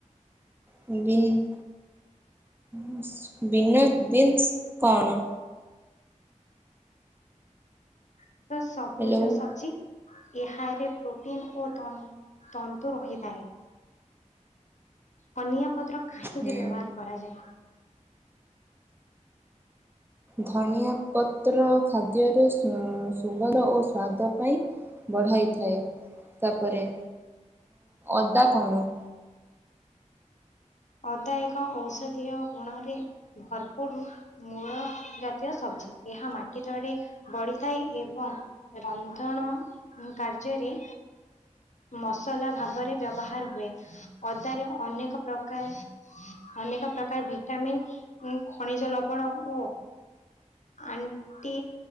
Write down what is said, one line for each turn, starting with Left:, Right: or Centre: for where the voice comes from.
Right: <unintelligible> <unintelligible> ବିନ ବିନ୍ କଣ?
Left: <unintelligible> ସବୁଜ
Right: ହ୍ୟାଲୋ
Left: ସବଜି। ଏହାରେ ପ୍ରୋଟିନ ଓ ତନ ତନ୍ତୁ ରହିଥାଏ। ଧନିଆ ପତ୍ର କାହିଁକି
Right: ହୁଁ
Left: ବ୍ୟବହାର କରାଯାଏ?
Right: ଧନିଆ ପତ୍ର ଖାଦ୍ୟରେ ସୁ ସୁଗନ୍ଧ ଓ ସ୍ଵାଦ ପାଇଁ ବଢ଼ାଇଥାଏ। ତାପରେ ଅଦା କଣ?
Left: ଅଦା ଏକ ଔଷଧୀୟ ଗୁଣରେ ଭରପୁର ମୂଳ ଜାତୀୟ ସବଜି। ଏହା ମାଟି ତଳେ ବଢିଥାଏ। ଏବଂ ରନ୍ଧଣ କାର୍ଯ୍ୟରେ ମସଲା ଭାବରେ ବ୍ୟବହାର ହୁଏ। ଅଦାରେ ଅନେକ ପ୍ର କାର ଅନେକ ପ୍ରକାର ଭିଟାମିନ୍ ଖଣିଜ ଲବଣ ଓ ଆଣ୍ଟି